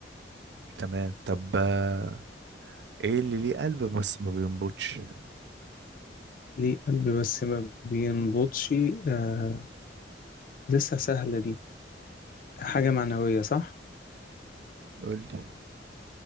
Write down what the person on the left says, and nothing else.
ليه قلبي بس ما بينبضش آه لسه سهلة دي حاجة
معنوية صح